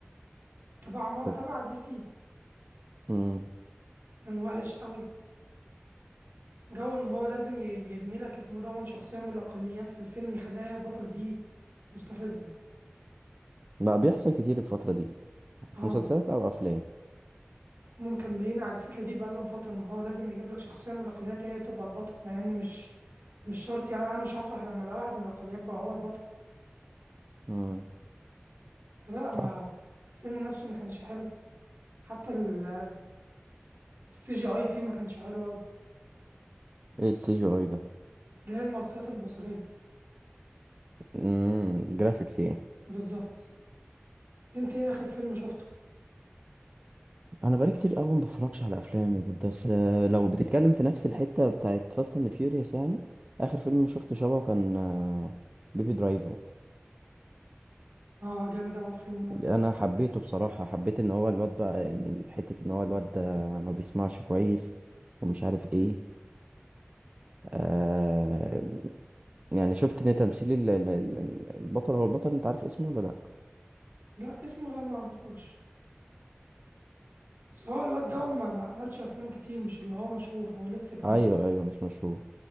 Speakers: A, on the right; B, on the right.
A: تبع مو-
B: طب
A: تبع دي سي
B: امم
A: كان وحش قوي جو ان هو لازم ي- يرمي لك اسمه دون شخصية من الأقليات في الفيلم يخليها هي البطل دي مستفزة
B: بقى بيحصل كتير الفتره دي
A: اه
B: في مسلسلات او افلام
A: هم مكملين على الفكرة دي بقالهم فترة ان هو لازم يجيب لك شخصية من الأقليات هي تبقى البطل مع ان مش مش شرط يعني انا مش هفرح لما لو واحد من الأقليات بقى هو البطل
B: امم
A: فلا ما
B: صح
A: الفيلم نفسه ما كانش حلو حتى ال- السي جي اي فيه ما كانش حلو قوي
B: ايه السي جي اي ده
A: ده هي المؤثرات البصرية
B: امم جرافيكس يعني
A: بالظبط انت ايه اخر فيلم شفته
B: انا بقالي كتير قوي ما بفرجش على افلام يا بود، بس آه، لو بتتكلم في نفس الحته بتاعت فاست اند فيوريوس يعني اخر فيلم شفته شبهه كان بيبي درايفر
A: اه جامد اوي الفيلم ده
B: انا حبيته بصراحه حبيت ان هو الواد بقى يعني حته ان هو الواد ده ما بيسمعش كويس ومش عارف ايه آه يعني شفت ان تمثيل ال- ال- ال- البطل هو البطل انت عارف اسمه ولا لا
A: لا اسمه لا ما اعرفوش بس هو الواد ده ما ما عملش افلام كتير مش اللي هو مشهور هو لسه جديد
B: ايوه ايوه مش مشهور